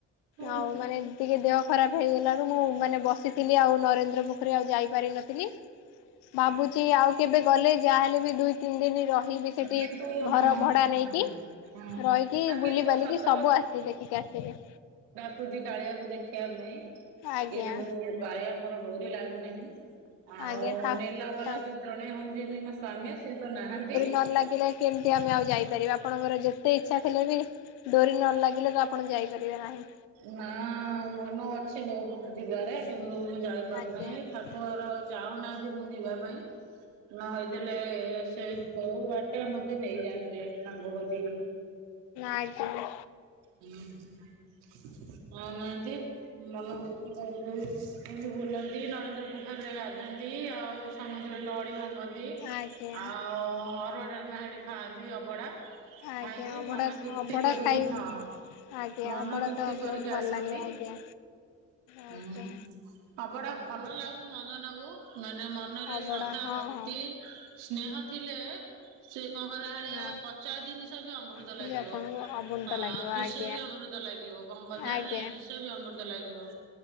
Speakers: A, on the right (about 80°); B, on the left (about 75°).
A: ହୁଁ
B: ଆଉ ମାନେ ଟିକେ ଦେହ ଖରାପ ହେଇଗଲାରୁ ମୁଁ ମାନେ ବସିଥିଲି ଆଉ ନରେନ୍ଦ୍ର ପୋଖରୀ ଆଉ ଯାଇପାରିିନଥିଲି। ଭାବୁଛି ଆଉ କେବେ ଗଲେ ଯାହାହେଲେ ବି ଦୁଇ ତିନି ଦିନ ରହିିବି ସେଠି
A: କିନ୍ତୁ ହଁ
B: ଘର
A: ହଁ
B: ଭଡା ନେଇକି
A: ହଁ ହଁ।
B: ରହିକି
A: ଆ
B: ବୁଲିିବାଲିକି
A: କିନ୍ତୁ ସତ
B: ସବୁ ଆସିବ ଦେଖିକି ଆସିବି।
A: ଖୁଛି କାଳିଆକୁ ଦେଖିବା ପାଇଁ
B: ଆଜ୍ଞା
A: କିନ୍ତୁ କାଳିଆଙ୍କର ଡୋରି ଲାଗୁନାହିଁ। ଆଉ
B: ଆଜ୍ଞା ଠା
A: ନେଲା ବାଲା
B: ଠା
A: ତ ଜଣେ ହଉଛନ୍ତି ମୋ ସ୍ଵାମୀ ସିଏ ତ ନାହାନ୍ତି।
B: ଭଲ ଲାଗିଲା କେମିତି ଆମେ ଆଉ ଯାଇପାରିବା ଆପଣଙ୍କର ଯେତେ ଇଚ୍ଛା ଥିଲେ ବି ଡୋରି ନ ଲାଗିଲେ ତ ଆପଣ ଯାଇପାରିବେ ନାହିଁ।
A: ନା ମନ ଅଛି ବହୁତ ଯିବାରେ କିନ୍ତୁ ମୁଁ ଯାଇପାରୁନାହିଁ
B: ଆଜ୍ଞା
A: ଠା ପୁଅର ଚାହୁଁନାହାନ୍ତି ମୁଁ ଯିବା ପାଇଁ ନ ହେଇଥିଲେ ସେ ସୋଉ ବାଟେ ମତେ ନେଇଯାଆନ୍ତେ ତାଙ୍ଗ କତିକି।
B: ଆଜ୍ଞା
A: ନଉ ନହାନ୍ତି। ମନ ହୋଉଛି ଯୋଉଠି ଏମତି ବୁଲନ୍ତି ନରେନ୍ଦ୍ର ପୋଖରରେ ଗାଧନ୍ତି ଆଉ ସମୁଦ୍ରରେ ଲହଡି ଭାଙ୍ଗନ୍ତି।
B: ଆଜ୍ଞା
A: ଆଉ ଅରୁଆ ଡାଲମା ସେଠୀ ଖାଆନ୍ତି ଅବଡା। ଖାଇକି
B: ଆଜ୍ଞା ଅଭଡ଼ା
A: ମନ ତୁପ୍ତି
B: ଅଭଡ଼ା
A: କରିକି
B: ଖାଇ
A: ହଁ।
B: ଆଜ୍ଞା
A: ମନ
B: ଅଭଡ଼ା
A: ତୃପ୍ତି
B: ତ
A: କରିକି
B: ବହୁତ ଭଲ
A: ଆସନ୍ତି
B: ଲାଗେ ଆଜ୍ଞା ଆଜ୍ଞା
A: ହଁ। ଆବଡା ଭଲ ଲାଗୁ ମନ୍ଦନାଗୁ ମାନେ ମନରେ
B: ଅଭଡ଼ା
A: ଶ୍ରଦ୍ଧା
B: ହଁ
A: ଭକ୍ତି
B: ହଁ
A: ସ୍ନେହ ଥିଲେ ସେ କଣ କହିଲା ଭଳିଆ
B: ହଁ
A: ପଚା ଜିନିଷ ବି ଅମୃତ। ଲାଗିବ
B: ହେଲେ ଆପଣଙ୍କୁ ଅବନ୍ତା
A: ହଁ
B: ଲାଗିବ
A: ବିଷ
B: ଆଜ୍ଞା
A: ବି ଅମୃତ ଲାଗିବ। କଥାରେ
B: ଆଜ୍ଞା।
A: ନାହିଁ ବିସ ବି ଅମୃତ ଲାଗିବ।